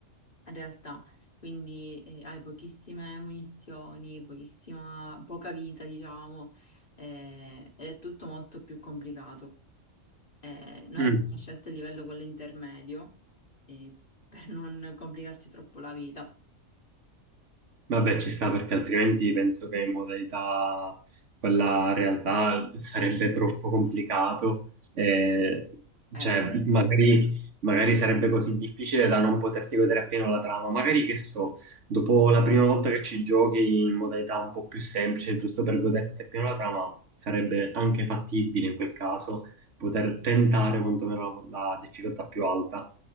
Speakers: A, on the left; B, on the right.
A: realtà, quindi eh, hai pochissime munizioni, pochissima, poca vita, diciamo, eh, ed è tutto molto più complicato. Eh, noi
B: Mm.
A: abbiamo scelto il livello quello intermedio eh, per non complicarci troppo la vita.
B: Vabbè, ci sta perché altrimenti penso che in modalità quella realtà sarebbe troppo complicato. E,
A: Eh
B: cioè,
A: sì,
B: magari, magari sarebbe così difficile da non poterti godere appieno la trama. Magari, che so, dopo la prima volta che ci giochi in modalità un po' più semplice, giusto per goderti appieno la trama, sarebbe anche fattibile in quel caso poter tentare quantomeno la, la difficoltà più alta.